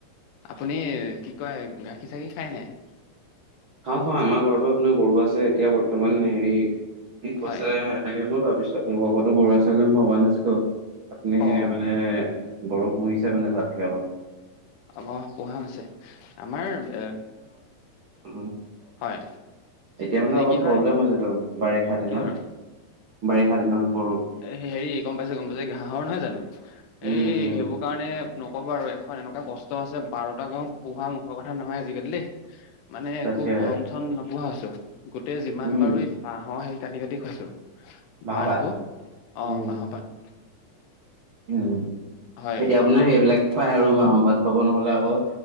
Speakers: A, on the left (about 75°); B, on the right (about 65°).
A: আপুনি কি কয় গাখীৰ চাখীৰ খাই নাই?
B: খাওঁ খাওঁ আমাৰ ঘৰতো আপোনাৰ গৰু আছে এতিয়া বৰ্তমান হেৰি কৈছে
A: হয়
B: তাকে মই ভাবিছো আপোনালোকৰ ঘৰতো গৰু আছে বুলি মই ভবা নাছিলো আপুনি
A: অ
B: মানে গৰুক পুহিছে মানে ভালকে অলপ।
A: অ অ পোহা হৈছে আমাৰ এ
B: অ,
A: হয়
B: এতিয়া মানে অলপ
A: কি
B: প্ৰব্লেম
A: হয়
B: হৈছেতো বাৰিষা দিনত
A: কিহৰ
B: বাৰিষা দিনত গৰু।
A: এ হেৰি গম পাইছে, গম পাইছে ঘাঁহৰ নহয় জানো
B: উম,
A: এই
B: উম,
A: সেইবোৰ স কাৰণে নকব আৰু এখন এনেকুৱা কষ্ট আছে বাৰটা গাঁও পোহা মুখৰ কথা নহয় আজিকালি দেই। মানে
B: তাকে
A: একো বন চন নোপোৱা হৈছো গোটেই যিমান
B: উম,
A: পাৰো, বাঁহৰ হেৰি কাটি-কাটি খুৱাইছো
B: মাহৰ
A: পাতবোৰ
B: ভাত
A: অ,
B: উম,
A: বাঁহৰ পাত।
B: উম,
A: হয়
B: এতিয়া আপোনাৰ সেইবিলাক পাই আৰু বাঁহৰ পাত পাব নহলে আকৌ